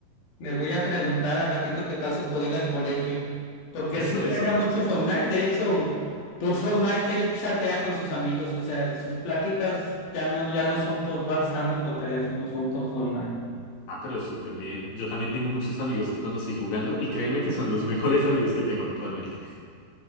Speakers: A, on the left; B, on the left.
A: Le voy a preguntar al ratito que pase por él al colegio. Porque
B: Eso,
A: sí juega
B: eso.
A: mucho Fortnite. De hecho, por Fortnite él chatea con sus amigos. O sea, sus pláticas ya no, ya no son por WhatsApp ni por teléfono, son por Fortnite.
B: Ah, pero súper bien. Yo también tengo muchos amigos que conocí jugando y créeme que son los mejores amigos que tengo actualmente,